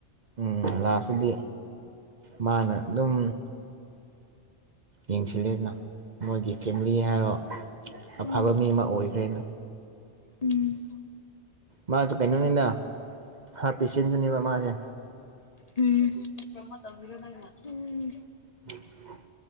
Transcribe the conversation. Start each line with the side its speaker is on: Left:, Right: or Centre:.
Right: ꯎꯝ ꯂꯥꯁꯇꯗꯤ ꯃꯥꯅ ꯑꯗꯨꯝ ꯌꯦꯡꯁꯤꯂꯦꯗꯅ ꯃꯣꯏꯒꯤ ꯐꯦꯃꯤꯂꯤ ꯍꯥꯏꯔꯣ
Left: ꯎꯝ
Right: ꯑꯐꯕ ꯃꯤ ꯑꯃ ꯑꯣꯏꯈ꯭ꯔꯦꯅ
Left: ꯎꯝ
Right: ꯃꯥꯁꯨ ꯀꯩꯅꯣꯅꯤꯗ ꯍꯥꯔꯠꯄꯤꯁꯤꯟꯁꯨꯅꯦꯕ ꯃꯁꯦ
Left: ꯎꯝ ꯄ꯭ꯔꯃꯣꯠ ꯇꯧꯕꯤꯔꯣ ꯅꯪꯅ ꯎꯝ
Right: <inaudible>